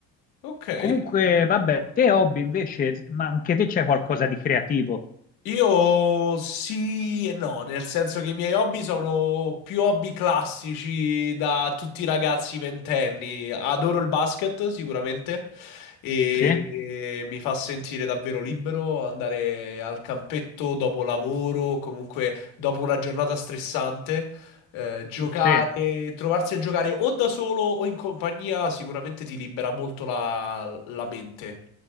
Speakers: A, on the left (about 80°); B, on the left (about 25°).
A: Ok.
B: Comunque,
A: Ok.
B: vabbè, te hobby invece, s- ma anche te c'è qualcosa di creativo?
A: Io sì e no, nel senso che i miei hobby sono più hobby classici da tutti i ragazzi ventenni. Adoro il basket sicuramente e,
B: Sì?
A: e mi fa sentire davvero libero andare al campetto dopo lavoro, comunque dopo una giornata stressante, eh, giocare,
B: Sì.
A: trovarsi a giocare o da solo o in compagnia sicuramente ti libera molto la la mente,